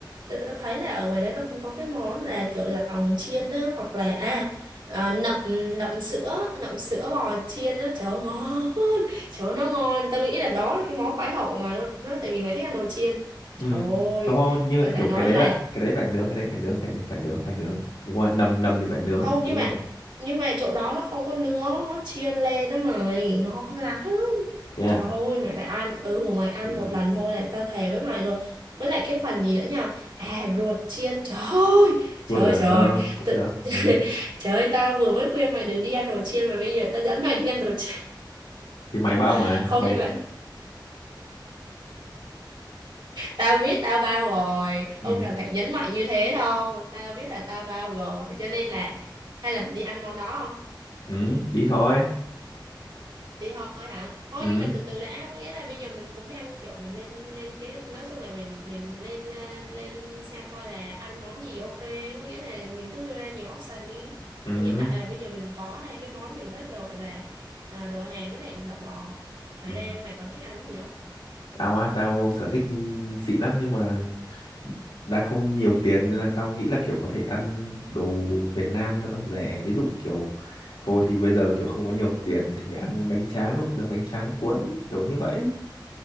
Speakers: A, on the right (about 70°); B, on the left (about 80°).
A: tôi, tôi thấy là ở ngoài đấy nó cũng có cái món là kiểu lòng chiên á hoặc là à ờ, nậm nậm sữa nậm sữa bò chiên á trời ơi ngon <laughs> trời ơi nó ngon tao nghĩ là đó là cái món khoái khẩu mà luôn đó tại vì mày thích ăn đồ chiên
B: ừ
A: trời ơi
B: không không, nhưng
A: tao
B: mà kiểu
A: phải nói
B: cái đấy
A: là
B: là cái đấy phải nướng cái đấy phải nướng phải phải nướng phải nướng đúng rồi nầm nầm thì phải nướng
A: không
B: đúng
A: nhưng mà
B: rồi
A: nhưng mà chỗ đó nó không có nướng nó chiên lên đó mày ngon lắm
B: thế à
A: Trời ơi mày lại ăn Ừ mày ăn
B: ừ.
A: một lần thôi này Tao thề với mày luôn Với lại cái phần gì nữa nhỉ À ruột chiên <laughs> trời ơi Trời
B: Rút à?
A: ơi, trời
B: Ờ, cũng
A: tự...
B: được.
A: <laughs>
B: Ừ.
A: Trời ơi tao vừa mới khuyên mày đừng đi ăn đồ chiên Mà bây giờ tao dẫn mày đi ăn đồ chiên
B: Thì mày bao
A: <laughs>
B: mà.
A: Không
B: Mày...
A: nhưng mà tao biết tao bao rồi
B: Ừ.
A: Không cần phải nhấn mạnh như thế đâu Tao biết là tao bao rồi Cho nên là Hay là mình đi ăn món đó không
B: Ừ, đi thôi.
A: đi thôi hả thôi
B: Ừ.
A: nhưng mà từ từ đã có nghĩa là bây giờ mình cũng đang kiểu mình lên lên cái nói chung là mình mình lên lên lên xem coi là ăn món gì ok có nghĩa là mình cứ đưa ra nhiều option đi
B: Ừ.
A: hiện tại là bây giờ mình có hai cái món mình thích rồi là à, đồ Hàn với lại lẩu bò mày
B: Ừ.
A: ra mày còn thích ăn gì không
B: Tao á, tao sở thích xịn lắm nhưng mà đang không nhiều tiền nên là tao nghĩ là kiểu có thể ăn đồ Việt Nam cho nó rẻ. Ví dụ kiểu thôi thì bây giờ kiểu không có nhiều tiền thì ăn bánh tráng nó cũng được bánh tráng cuốn kiểu như vậy.